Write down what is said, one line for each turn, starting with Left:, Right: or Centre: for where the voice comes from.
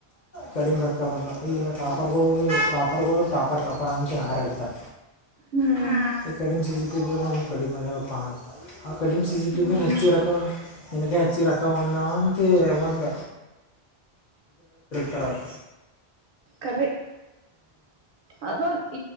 Left: ಕಡಿಮೆ ರೊಕ್ಕ ಬಂದು ಈಗಲ್ಲ ಟಾಪರ್ಗಳು ಟಾಪರ್ಗಳು ಟಾಪರ್ ಟಾಪರ್ ಅಂತ ಹಾರ್ಯಾಡತಾರ.
Right: ಹ್ಮ್
Left: ಹಾ ಕಡಿಮಿ ಸೀಜಮ್ಮ ಕಡಿಮ ವ ಪನ್ ಆ ಕಡಿಮ ಸಿ ಸಿ ಪಿ
Right: ಹ್ಮ್
Left: ಬೆನ ಹೆಚ್ಚಚಿ ಇಕ್ಕೆ ಹೆಚ್ಚ ರೊಕ್ಕ ಒಂದಂತ ಒಂದ <unintelligible>
Right: ಕರೆ ಅದೊಂದ